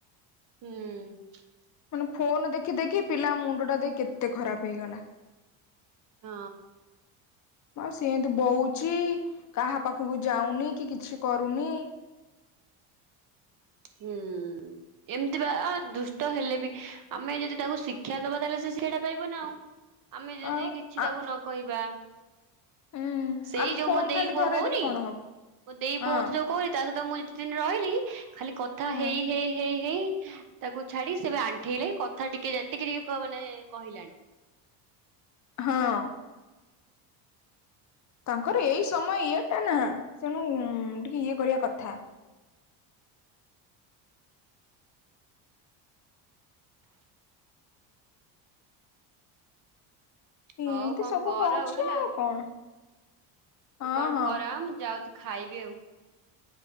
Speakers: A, on the right; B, on the left.
A: ହୁଁ।
B: ମାନେ ଫୋନ ଦେଖି ଦେଖି ପିଲା ମୁଣ୍ଡ ଟା ଦେଖ କେତେ ଖରାପ ହେଇଗଲା।
A: ହଁ।
B: ଆଉ ସେ ଏନ୍ତି ବଉଛି କାହା ପାଖକୁ ଯାଉନି କି କିଛି କରୁନି।
A: ହୁଁ। ଏମିତି ବା ଅ ଦୁଷ୍ଟ ହେଲେ ବି ଆମେ ଯଦି ତାକୁ ଶିକ୍ଷା ଦବା ତାହେଲେ ସେ ସେଇଟା ପାଇବ ନା ଆଉ। ଆମେ ଯଦି
B: ଆଉ
A: କିଛି ତାକୁ
B: ଆ
A: ନ କହିବା
B: ଉଁ
A: ସେଇ
B: ଆମେ
A: ଯୋଉ
B: ଫୋନ
A: ମୋ ଦେଇ
B: ଖାଲି
A: ପୁଅ
B: ଧରେଇ
A: କହୁନି
B: ଦେଲେ କଣ ହବ
A: ମୋ ଦେଇ
B: ହଁ
A: ପୁଅ ମତେ ଯୋଉ କୋଇ ତା ସହିତ ମୁଁ ଯେତେ ଦିନ ରହିଲି ଖାଲି କଥା
B: ହଁ
A: ହେଇ ହେଇ ହେଇ ହେଇ ତାକୁ ଛାଡି ସେବେ ଆଣ୍ଠେଇଲେ କଥା ଟିକେ ଯେତିକି ଯିଏ ପ ମାନେ କହିଲାଣି।
B: ହଁ। ତାଙ୍କର ଏଇ ସମୟ ଇଏ ଟା ନା ତେଣୁ ଟିକେ ଇଏ କରିବା କଥା। ଏମତି
A: ହଉ କଣ
B: ସବୁ
A: କର
B: ହଉଛି
A: ହେଲା
B: ଆଉ କଣ। ହଁ
A: ତୁ କଣ
B: ହଁ
A: କର ଆଁ ମୁଁ ଯାଉଛି ଖାଇବି ଆଉ।